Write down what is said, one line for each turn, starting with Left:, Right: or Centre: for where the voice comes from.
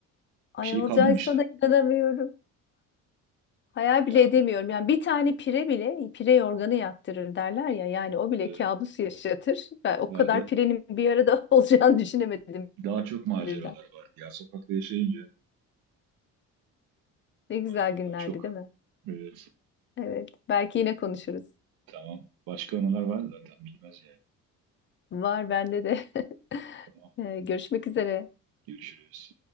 Left: Ay
Right: Bir şey
Left: Olcay
Right: kalmamıştı.
Left: sana inanamıyorum. Hayal
Right: Ya
Left: bile edemiyorum. Yani bir tane pire bile pire yorganı yaktırır derler ya. Yani o bile
Right: e,
Left: kabus yaşatır. Ben o
Right: ya
Left: kadar
Right: da
Left: pirenin bir arada <laughs> olacağını düşünemedim
Right: Daha çok maceralar
Left: birden.
Right: vardı ya. Sokakta yaşayınca
Left: Ne güzel
Right: maceralar
Left: günlerdi
Right: çok.
Left: değil mi?
Right: Evet.
Left: Evet. Belki yine konuşuruz.
Right: Tamam. Başka anılar var zaten bitmez yani.
Left: Var bende de. <laughs>
Right: Tamam.
Left: Ee, Görüşmek üzere.
Right: Görüşürüz.